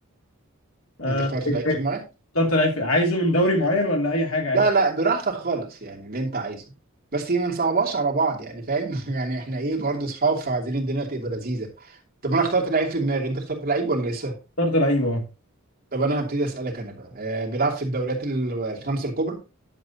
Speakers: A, on the left; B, on the right.
A: آه،
B: انت اخترت لعيب في دماغك
A: اخترت لعيب عايزه من دوري معين ولا اي حاجه
B: لا
A: عادي
B: لا براحتك خالص يعني اللي انت عايزه بس ما نصعبهاش على بعض يعني فاهم <laughs> يعني احنا ايه برضه اصحاب فعايزين الدنيا تبقى لذيذه طب انا اخترت لعيب في دماغي انت اخترت لعيب ولا لسه
A: اخترت لعيب اه
B: طب انا هبتدي اسالك انا بقى آه بيلعب في الدوريات ال- الخمسه الكبرى